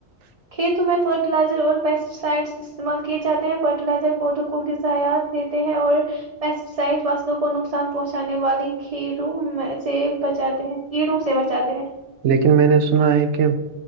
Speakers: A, on the right; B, on the right.
A: کھیتوں میں فرٹیلائزر اور پیسٹی سائڈس استعمال کیے جاتے ہیں فرٹیلائزر پودوں کو غذایات دیتے ہیں اور پیسٹیسائڈ فصلوں کو نقصان پہنچانے والی کھیروں میں سے بچاتے ہیں کیڑوں سے بچات جاہے ہیں
B: لیکن میں نے سنا ہے کہ